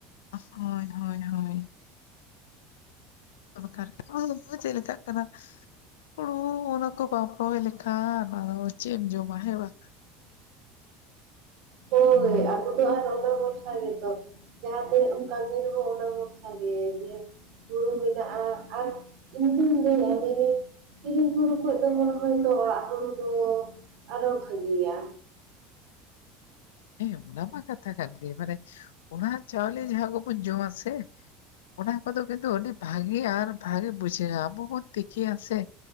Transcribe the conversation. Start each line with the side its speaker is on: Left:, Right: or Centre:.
Left: ᱦᱳᱭ ᱦᱳᱭ ᱦᱳᱭ ᱫᱚᱨᱠᱟᱨ <unintelligible> ᱪᱮᱫ ᱞᱮᱠᱟᱜ ᱠᱟᱱᱟ᱾ ᱦᱳᱲᱳ ᱚᱱᱟ ᱠᱚ ᱵᱟᱢ ᱨᱚᱦᱚᱭ ᱞᱮᱠᱷᱟᱱ ᱟᱫᱚ ᱪᱮᱫ ᱮᱢ ᱡᱚᱢᱟ ᱦᱮᱸ ᱵᱟᱝᱼᱼ
Right: ᱦᱳᱭ ᱟᱵᱚ ᱫᱚ ᱟᱨ ᱚᱱᱟ ᱵᱷᱚᱨᱥᱟ ᱜᱮ ᱛᱚ ᱡᱟᱦᱟᱸ ᱛᱤᱱᱟᱹᱜ ᱮᱢ ᱠᱟᱹᱢᱤ ᱨᱮ ᱦᱚᱸ ᱚᱱᱟ ᱵᱷᱚᱨᱥᱟ ᱜᱮ ᱦᱮᱸ ᱦᱩᱲᱩ ᱢᱮᱱᱟᱜᱼᱟ ᱟᱨ ᱤᱧᱫᱩᱧ ᱞᱟᱹᱭᱟ ᱢᱮᱱᱤᱧᱼᱼ ᱠᱤᱨᱤᱧ ᱦᱩᱲᱩ ᱠᱷᱚᱡ ᱫᱚ ᱦᱚᱭᱛᱚ ᱚᱲᱟᱜ ᱦᱩᱲᱩ ᱫᱚ ᱟᱨᱚ ᱵᱷᱟᱹᱜᱤᱭᱟ
Left: ᱦᱮᱸ ᱚᱱᱟ ᱢᱟ ᱠᱟᱛᱷᱟ ᱠᱟᱱ ᱜᱮ ᱢᱟᱱᱮ ᱚᱲᱟᱜ ᱪᱟᱣᱞᱮ ᱡᱟᱦᱟᱸ ᱠᱚᱵᱚᱱ ᱡᱚᱢᱟ ᱥᱮᱼᱼ ᱚᱱᱟ ᱠᱚᱫᱚ ᱠᱤᱱᱛᱩ ᱟᱹᱰᱤ ᱵᱷᱟᱜᱤ ᱟᱨ ᱵᱷᱟᱜᱤ ᱵᱩᱡᱷᱟᱹᱜᱼᱟ ᱟᱵᱚ ᱵᱚᱱ ᱛᱤᱠᱤᱭᱟ ᱥᱮ,